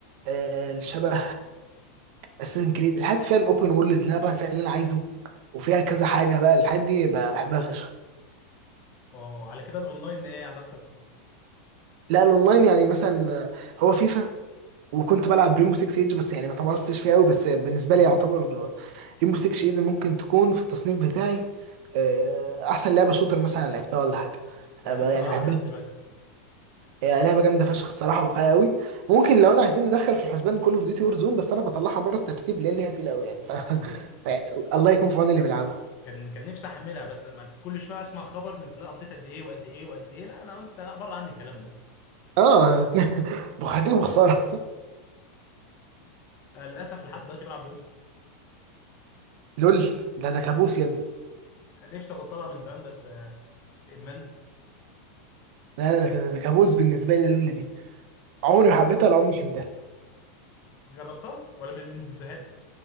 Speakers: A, on the right (about 60°); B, on the left (about 40°).
A: اللي شبه أساسن كريد الحاجات فيها الأوبن وورلد اللي أنا بعمل فيها اللي أنا عايزه وفيها كذا حاجة بقى الحاجات دي ب- بحبها فشخ
B: اه على كده الاونلاين ايه علاقتك بيه؟
A: لا الأونلاين يعني مثلا آه، هو فيفا وكنت بلعب ريمبو 6 ايج بس يعني ما تمرستش فيها قوي بس بالنسبه لي يعتبر ريمبو 6 ايدن ممكن تكون في التصنيف بتاعي آه، احسن لعبه شوتر مثلا لعبتها ولا حاجه
B: انا
A: أنا ب- يعني
B: لسه بلعبها
A: بحبها
B: لحد
A: جداً.
B: دلوقتي
A: هي لعبه جامده فشخ الصراحه واقعيه قوي ممكن لو انا عايزين ندخل في الحسبان كول اوف ديوتي وور زون بس انا بطلعها بره الترتيب لان هي تقيله قوي يعني ف...
B: اه
A: <laughs> يعني الله يكون في عون اللي بيلعبها
B: كان كان نفسي احملها بس لما كل شويه اسمع خبر نزل لها ابديت قد ايه وقد ايه وقد ايه لا انا قلت لا بره عني الكلام ده
A: اه <laughs> بخاطر بخساره
B: آه، للاسف لحد دلوقتي بلعب لول
A: <laughs> لول ده ده كابوس يا ابني
B: نفسي ابطلها من زمان بس آه، ادمان
A: لا لا ده كان- ده كابوس بالنسبه لي لول دي عمري
B: آه،
A: ما حبيتها ولا عمري فهمتها
B: جربتها ولا من من فيديوهات